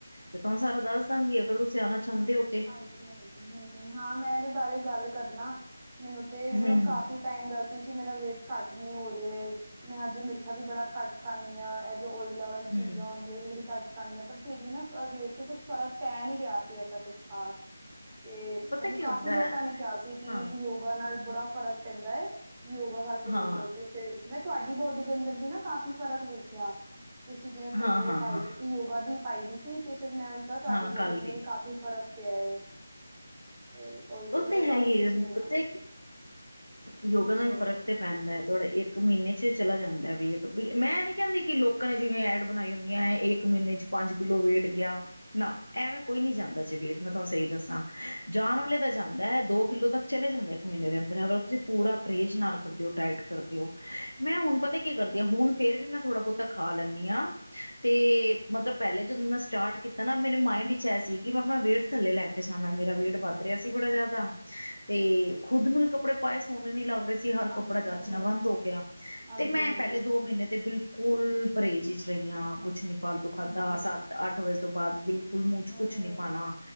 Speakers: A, on the left; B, on the right.
A: ਤੇ ਤੁਹਾਨੂੰ ਸਾਰਾ ਦੱਸ ਦਾਂਗੀ ਅਗਰ ਤੁਸੀ ਆਣਾ ਚਾਂਦੇ ਓ।
B: ਹਾਂਜੀ-ਹਾਂਜੀ ਹੂੰ-ਹੂੰ ਹਾਂ ਮੇਰੇ ਬਾਰੇ ਗੱਲ ਕਰਨਾ। ਮੈਨੂੰ ਤੇ
A: ਹੂੰ
B: ਮਤਲਬ ਕਾਫੀ ਟਾਈਮ ਦਾ ਸੀ। ਕੀ ਮੇਰਾ ਵੇਟ ਘੱਟ ਨੀ ਹੋ ਰਿਆ ਏ ਮੈਂ ਹਜੇ ਮਿੱਠਾ ਵੀ ਬੜਾ ਘੱਟ ਖਾਂਨੀ ਆ ਐ। ਜੋ ਓਇਲ ਵਾਲੀ ਚੀਜ਼ਾਂ
A: ਹੂੰ ਹੂੰ
B: ਹੁੰਦੀਆਂ ਵੀ ਘੱਟ ਖਾਣੀਆ ਪਰ ਫਿਰ ਵੀ ਨਾ ਵੇਟ ਤੋਂ ਕੁਛ ਫਰਕ ਪੈ ਨੀ ਰਿਹਾ ਸੀ। ਤੇ ਐਸਾ ਕੁੱਛ ਖਾਸ ਤੇ
A: ਪਤਾ
B: ਮੈਨੂੰ
A: ਕੀ
B: ਕਾਫੀ
A: ਹੁੰਦਾ
B: ਲੋਕਾਂ
A: ਹੈ,
B: ਨੇ ਕਿਆ ਸੀ ਕੀ
A: ਹਾਂ
B: ਵੀ ਯੋਗ ਗਾ ਨਾਲ ਬੜਾ ਫਰਕ ਪੈਂਦਾ ਏ ਯੋਗਾ ਕਰਕੇ
A: ਹਾਂ
B: ਦੇਖੋ ਤੇ ਤੇ ਮੈਂ ਤੁਹਾਡੀ ਬੋਡੀ ਦੇ ਅੰਦਰ ਵੀ ਨਾ ਕਾਫ਼ੀ ਫਰਕ ਵੇਖਿਆ। ਤੁਸੀਂ ਜਿਵੇਂ ਫੋਟੋ
A: ਹਾਂ ਹਾਂ
B: ਪਾਈ
A: ਹਾਂ
B: ਦੀ ਸੀ ਯੋਗਾ ਦੀ ਪਾਈ ਦੀ ਸੀ ਤੇ ਫਿਰ ਮੈਂ ਓਹੀ ਨਾ ਤੁਹਾਡੀ
A: ਹਾਂ ਕੱਲ
B: ਬੋਡੀ ਨੂੰ
A: ਦੇ
B: ਵੀ ਕਾ ਕੀ ਫਰਕ ਪਿਆ ਏ ਤੇ ਓਹੀ ਤੇ ਫੇਰ
A: ਉਹ
B: ਮੈਂ ਕਿਆ ਤੁਹਾਨੂੰ
A: ਹੈ ਹੀ
B: ਪੁੱਛਣੀ
A: ਹੈ। ਪਤਾ
B: ਆ।
A: ਯੋਗਾ ਨਾਲ
B: ਹੂੰ
A: ਫ਼ਰਕ
B: ਹੂੰ
A: ਤੇ ਪੈਂਦੈ ਤੁਹਾਡਾ ਇੱਕ ਇੱਕ ਮੀਨੇ ਚ ਚਲਾ ਜਾਂਦੈ ਵੇਟ ਵੀ ਮੈਂ ਨੀ ਕੈਂਦੀ ਕੀ ਲੋਕਾਂ ਨੇ ਜਿਵੇਂ ਐਡ ਬਣਾਈ ਹੁੰਦੀਐ ਏ ਇੱਕ ਮੀਨੇ ਚ ਪੰਜ ਕਿਲੋ ਵੇਟ ਗਿਆ। ਨਾ ਐਵੇਂ ਕੋਈ ਨੀ ਜਾਂਦਾ ਜੀ ਵੇਟ ਮੈਂ ਤੁਹਾਨੂੰ ਸਈ ਦੱਸਾਂ ਜਾਣ ਵਾਲੇ ਦਾ ਜਾਂਦੈ ਦੋ ਕਿੱਲੋ ਤੱਕ ਚਲੇ ਜਾਂਦਾ। <unintelligible> ਤੁਸੀਂ ਪੂਰਾ ਪਰੇਜ਼ ਨਾਲ ਕਰਦੇ ਓ ਡਾਇਟ ਕਰਦੇ ਓ ਮੈਂ ਹੁਣ ਪਤਾ ਕੀ ਕਰਦੀ ਆ ਹੁਣ ਫੇਰ ਵੀ ਮੈਂ ਥੋੜਾ ਬੋਤ ਤਾਂ ਖਾ ਲਨੀ ਆਂ। ਤੇ ਮਤਲਬ ਪੈਲੇ ਜਦੋਂ ਮੈਂ ਸਟਾਰਟ ਕੀਤਾ ਨਾ ਮੇਰੇ ਮਾਇੰਡ ਵਿੱਚ ਐ ਸੀ ਕਿ ਮੈਂ ਆਪਣਾ ਵੇਟ ਥੱਲੇ ਲੈ <unintelligible> ਮੇਰਾ ਵੇਟ ਵੱਧ ਰਿਆ ਸੀ ਬੜਾ ਜਾਦਾ ਤੇ ਖੁੱਦ ਨੂੰ ਈ ਕੱਪੜੇ ਪਾਏ ਸੋਨੇ ਨੀ ਲੱਗ ਰੇ ਸੀ ਹਰ
B: ਹਾਂਜੀ
A: ਕੱਪੜਾ ਜਚਣਾ
B: ਹੂੰ ਹੂੰ
A: ਬੰਦ ਹੋ ਗਿਆ
B: ਹਾਂਜੀ
A: ਤੇ ਮੈਂ
B: ਹਾਂਜੀ
A: ਪੈਲੇ ਦੋ
B: ਹੂੰ
A: ਮੀਨੇ ਤੇ ਬਿਲ ਕੁੱਲ ਪਰੇਜ ਚ ਰਈ ਆਂ
B: ਹੂੰ
A: ਕੁੱਛ
B: ਹੂੰ
A: ਨੀ ਫਾਲਤੂ ਖਾਧਾ
B: ਹਾਂਜੀ
A: ਸੱਤ-ਅੱਠ ਵਜੇ ਤੋਂ ਬਾਦ ਬਿਲਕੁ <unintelligible> ਮੂੰਹ ਚ ਕੁੱਛ
B: ਹੂੰ ਹੂੰ
A: ਨੀ ਪਾਣਾ।